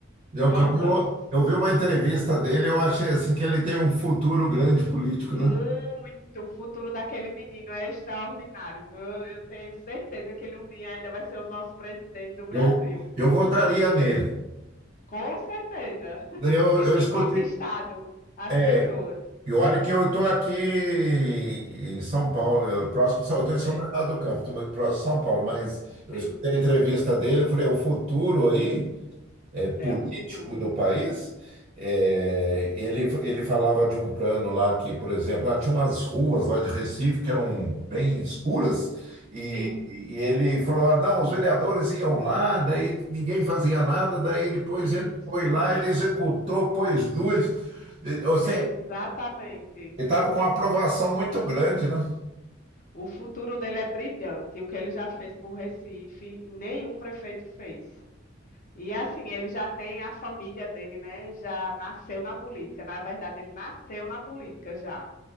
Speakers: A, on the right; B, on the left.
A: João
B: João
A: Camilo,
B: Campos.
A: eu vi uma entrevista dele, eu achei assim que ele tem um futuro grande político,
B: Muito.
A: né?
B: O futuro daquele menino é extraordinário. viu? Eu, eu tenho certeza que ele um dia ainda vai ser o nosso presidente do Brasil.
A: Eu, eu votaria nele.
B: Com certeza. <laughs>
A: Daí Eu,
B: Ele
A: eu
B: tem
A: escutei.
B: conquistado as
A: É,
B: pessoas.
A: e olha que eu estou aqui em São Paulo, eu- próximo, de São- eu estou em São
B: Sei.
A: Bernardo do Campo, tô muito próximo de São Paulo, mas eu
B: Sim.
A: escutei a entrevista dele, eu falei, o futuro aí? é, político
B: É o futuro.
A: do país, é, ele, ele falava de um plano lá que, por exemplo, lá tinha umas ruas lá de Recife que eram bem escuras, e,
B: Sim.
A: e ele falou: ah, não, os vereadores iam lá, daí ninguém fazia nada, daí depois
B: Isso.
A: ele foi lá, ele executou, pôs luz. Eu sei
B: Exatamente.
A: que ele estava com uma aprovação muito grande, né?
B: O futuro dele é brilhante. O que ele já fez por Recife, nenhum prefeito fez. E assim, ele já tem a família dele, né? Já nasceu na política. Na verdade, ele nasceu na política já.